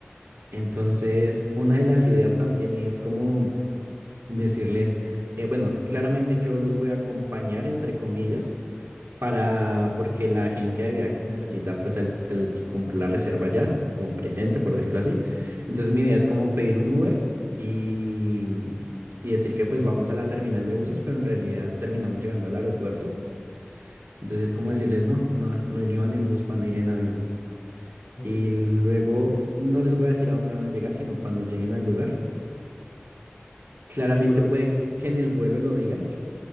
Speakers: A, on the right (about 85°); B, on the left (about 65°).
A: Entonces, una de las ideas también es como decirles, eh, bueno, claramente yo los voy a acompañar, entre comillas, para, porque la agencia de viajes necesita pues al, al que compró la reserva ya, como presente, por decirlo así. Entonces, mi idea es como pedir un Uber y, y decir que pues vamos a la terminal de buses, pero en realidad terminamos llegando al aeropuerto. Entonces, como decirles, no, no, no iban en bus, van a ir en avión.
B: Mm,
A: Y luego no les voy a decir a dónde van a llegar, sino cuando lleguen al lugar. Claramente
B: sí, pues,
A: puede que en el vuelo lo digan,